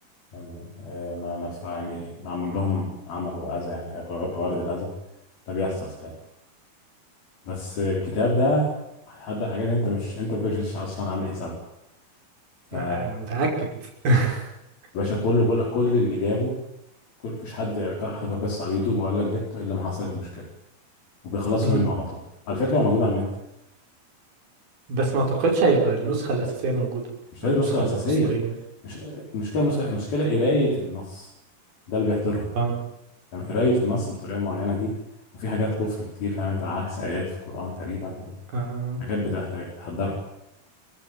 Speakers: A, on the left; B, on the right.
A: فاهم؟ آه، ما ما تف- يعني معمول لهم عمل واذى يعني بغ- بغرض الاذى ده بيحصل ساعات بس الكتاب ده هيحضر حاجات انت مش انت ما كنتش اصلا عامل حسابها ف
B: لا، انا متاكد <laughs>
A: باشا كل بقول كل اللي جابه كل مفيش حد حكى قصه على اليوتيوب وقال لك جبته الا ما حصلت مشكله وبيخلصوا
B: مم.
A: منه على طول على فكره هو موجود على النت
B: بس ما اعتقدش هيبقى النسخه الاساسيه موجوده
A: مش لازم
B: النسخه
A: النسخة الأساسية
B: الاصليه
A: مش المشكلة مش المشكلة قراية النص ده اللي بيحترهم
B: اه
A: يعني قراية النص بالطريقة المعينة دي وفي حاجات كفر كتير فاهم انت عكس آيات في القرآن تقريبا
B: آه.
A: وحاجات بتح- بتحضرهم